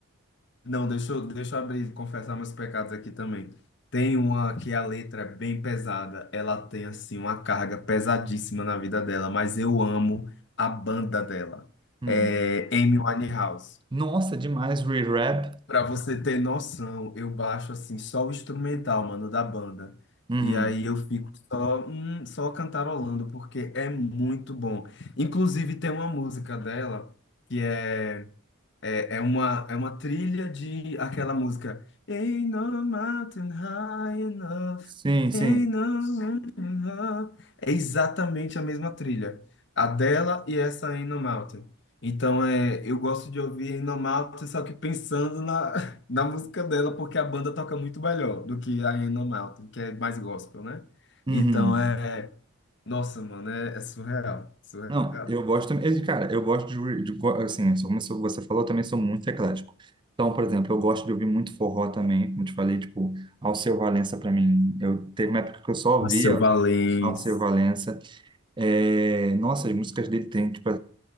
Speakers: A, on the left; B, on the right.
A: Não, deixa eu, deixa eu abrir, confessar meus pecados aqui também. Tem uma que a letra é bem pesada, ela tem assim uma carga pesadíssima na vida dela, mas eu amo a banda dela.
B: Hum.
A: É Amy Winehouse.
B: Nossa, demais, re-rap.
A: Pra você ter noção, eu baixo assim só o instrumental, mano, da banda.
B: Uhum.
A: E aí eu fico só, hum, só cantarolando porque é muito bom. Inclusive tem uma música dela que é é, é uma, é uma trilha de aquela música. Ain't no mountain high enough.
B: Sim, sim.
A: Ain't no mountain high. É exatamente a mesma trilha. A dela e essa Ain't no Mountain. Então é, eu gosto de ouvir Ain't no Mountain, só que pensando na, <laughs> na música dela, porque a banda toca muito melhor do que a Ain't no Mountain, que é mais gospel, né?
B: Uhum.
A: Então é. Nossa, mano, é, é surreal. Surreal.
B: Não, eu gosto também. eh, Cara, eu gosto de, ouvir- de go- assim, só como você falou, eu também sou muito eclético. Então, por exemplo, eu gosto de ouvir muito forró também, como te falei, tipo, Alceu Valença pra mim. Eu teve uma época que eu só ouvia
A: Seu Valença.
B: Alceu Valença. É, nossa, as músicas dele tem, tipo,